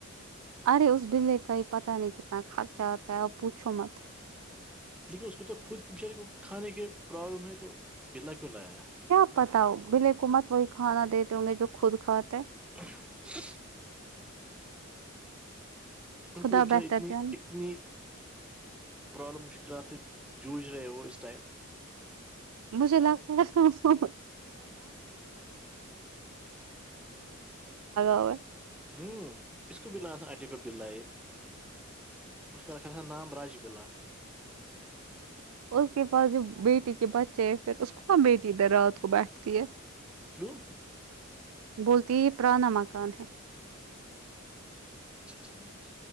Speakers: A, on the right; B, in the centre.
A: ارے اس بلے کا ہی پتاہ نہیں کتنا خرچہ آتا ہے اب پوچھو مت
B: لیکن اس کو تو خود کے بچارے کو کھانے کے پرابلم ہے تو بلا کیوں لایا
A: کیا پتا ہو بالحکومت وہی کھانا دیتے ہوں گے جو خود کھاتے ہیں
B: <inaudible> ان
A: خدا
B: کو ازا
A: بہتر
B: اتنی
A: جان
B: اتنی پرابلم مشکلات سے جوجھ رہے وہ اس ٹائم
A: مجے لگتا ہے <inaudible> <unintelligible>
B: ہوں اس کو بلا تھا آٹی کا بلا ایک اس کاکھ تھا نام راج بللہ
A: اس کے پاس جو بیٹی کے بچے ہے پھر اس کو بیٹی د رات کو بیٹھتی ہے
B: کیو <unintelligible>
A: بولتی پراانا مکان ہے
B: اچھا ٹھیک